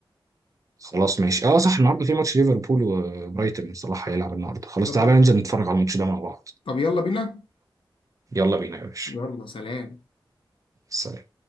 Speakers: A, on the right; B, on the left.
A: خلاص ماشي اه صح النهارده في ماتش ليفربول وبرايتون صلاح هيلعب النهارده خلاص
B: طب
A: تعالى
B: ما
A: ننزل نتفرج على الماتش ده مع بعض
B: طب يلا بينا
A: يلا بينا يا باشا
B: يلا سلام
A: سلام